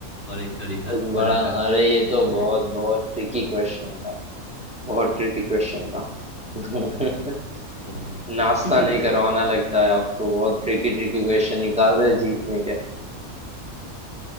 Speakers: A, on the left; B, in the centre.
A: और एक घड़ी
B: बहुत
A: का
B: बड़ा
A: बड़ा काटा
B: अरे ये
A: <laughs>
B: तो
A: है
B: बहुत बहुत ट्रिकी क्वेश्चन था बहुत ट्रिकी क्वेश्चन था <laughs>
A: ना ओहो
B: नाश्ता
A: <laughs>
B: नहीं करवाना लगता है आपको बहुत ट्रिकी ट्रिकी क्वेश्चन निकाल रहे हैं जीतने के